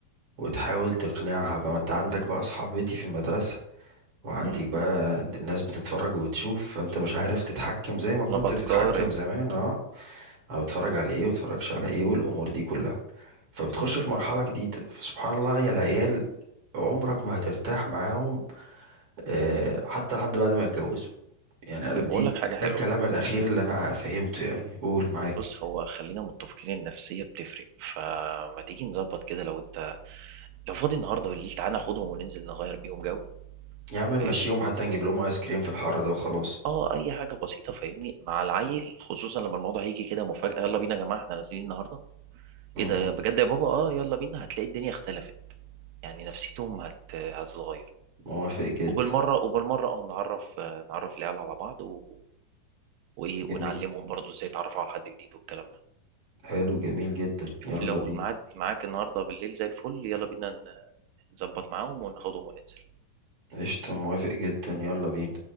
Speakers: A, on the right; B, on the right.
A: وتحاول تقنعها بقى ما انت عندك بقى صحابتي في المدرسة وعندك
B: مم.
A: بقى الناس بتتفرج وبتشوف فانت مش عارف تتحكم زي ما كنت
B: انا بتقارن
A: بتتحكم زمان اه انا بتفرج على ايه وبتفرجش على ايه والامور دي كلها فبتخش في مرحلة جديدة فسبحان الله يا العيال عمرك ما هترتاح معاهم آه، حتى لحد بعد ما اتجوزوا يعني عارف
B: طب
A: دي
B: اقول
A: دي-
B: لك حاجه حلوه
A: ده الكلام الاخير اللي انا فهمته يعني قول معاك
B: بص هو خلينا متفقين النفسية بتفرق فما تيجي نظبط كده لو انت لو فاضي النهاردة بالليل تعالى ناخدهم وننزل نغير بيهم جو
A: يا عم
B: فاهمني
A: مشيهم حتى نجيب لهم ايس كريم في الحر ده وخلاص
B: اه اي حاجة بسيطة فاهمني مع العيل خصوصا لما الموضوع هيجي كده مفاجأة يلا بينا يا جماعة احنا نازلين النهاردة
A: مهم.
B: ايه ده يا- بجد يا بابا اه يلا بينا هتلاقي الدنيا اختلفت يعني نفسيتهم هت... هتتغير
A: موافق جدا
B: وبالمرة وبالمرة اه نعرف نعرف العيال على بعض و... وايه
A: جميل
B: ونعلمهم برضو ازاي يتعرفوا على حد جديد والكلام ده
A: حلو جميل جدا
B: شوف
A: يلا
B: لو
A: بينا
B: الميعاد معاك النهارده بالليل زي الفل يلا بينا ن- نظبط معاهم وناخدهم وننزل
A: قشطة موافق جدا يلا بينا